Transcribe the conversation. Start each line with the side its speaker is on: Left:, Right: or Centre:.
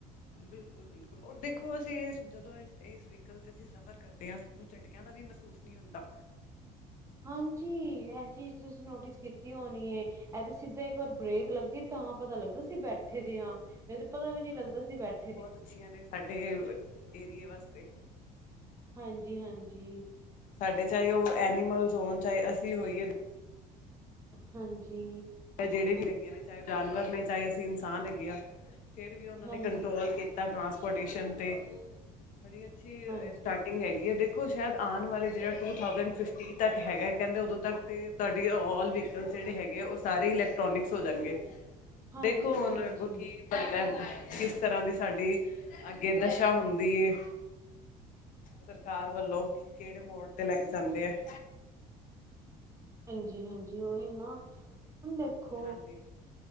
Left: <inaudible> ਦੇਖੋ ਅਸੀਂ ਇਸ ਜਦੋਂ ਏਸ ਵਹਿਕਲ ਚ ਅਸੀਂ ਸਫ਼ਰ ਕਰਦੇ ਹਾਂ ਸਾਨੂੰ ਝਟਕਿਆਂ ਦਾ ਵੀ ਮਹਿਸੂਸ ਨੀ ਹੁੰਦਾ।
Right: ਹਾਂਜੀ ਇਹ ਚੀਜ਼ ਤੁਸੀਂ ਨੋਟਿਸ ਕੀਤੀ ਹੋਣੀ ਏ। ਇਹ ਤੇ ਸਿੱਧਾ ਇੱਕ ਵਾਰ ਬ੍ਰੇਕ ਲੱਗਦੀ ਤਾਂ ਪਤਾ ਲੱਗਦਾ ਅਸੀਂ ਬੈਠੇ ਦੇ ਹਾਂ। ਨਹੀ ਤੇ ਪਤਾ ਵੀ ਨੀ ਲੱਗਦਾ ਅਸੀ ਬੈਠ,
Left: ਬਹੁਤ ਅੱਛੀਆਂ ਨੇ ਸਾਡੇ ਏਰੀਏ ਵਾਸਤੇ।
Right: ਹਾਂਜੀ--ਹਾਂਜੀ।
Left: ਸਾਡੇ ਚਾਹੇ ਉਹ ਐਨੀਮਲਸ ਹੋਣ ਚਾਹੇ ਅਸੀਂ ਹੋਈਏ,
Right: ਹਾਂਜੀ।
Left: ਅਹ ਜੇੜੇ ਵੀ ਹੈਗੇ ਨੇ ਚਾਹੇ ਉਹ ਜਾਨਵਰ ਨੇ ਚਾਹੇ ਅਸੀਂ ਇਨਸਾਨ ਹੈਗੇ ਆ ਫੇਰ ਵੀ ਉਹਨਾਂ
Right: ਹਾਂਜੀ
Left: ਨੇ ਕੰਟਰੋਲ, ਟਰਾਂਸਪੋਰਟੇਸ਼ਨ ਤੇ ਬੜੀ ਅੱਛੀ
Right: ਹਾਂਜੀ
Left: ਹੈਗੀ ਹੈ ਦੇਖੋ ਸ਼ਾਇਦ ਆਣ ਵਾਲੇ ਜੇੜਾ ਟੂ ਥਾਉਸੰਡ ਫਿਫਟੀ ਤੱਕ ਹੈਗਾ ਕਹਿੰਦੇ ਉਦੋਂ ਤੱਕ ਤੇ। ਤੁਵਾਡੇ ਆਲ ਵਹੀਕਲਸ ਜੇੜੇ ਹੈਗੇ ਆ ਉਹ ਸਾਰੇ ਇਲੈਕਟ੍ਰੋਨਿਕਸ ਹੋ ਜਾਣਗੇ।
Right: ਹਾਂਜੀ
Left: ਦੇਖੋ ਹੁਣ
Right: ਹਾਂਜੀ
Left: ਅਗੋ ਕੀ, ਕਿਸ ਤਰ੍ਹਾਂ ਦੀ ਸਾਡੀ ਅੱਗੇ ਦਸ਼ਾ ਹੁੰਦੀ ਏ? ਸਰਕਾਰ ਵੱਲੋਂ ਕੇੜੇ ਮੋੜ ਤੇ ਲੈ ਕੇ ਜਾਂਦੇ ਹੈ।
Right: ਹਾਂਜੀ-ਹਾਂਜੀ ਓਹੀ ਨਾ ਹੁਣ ਦੇਖੋ,
Left: ਹਾਂਜੀ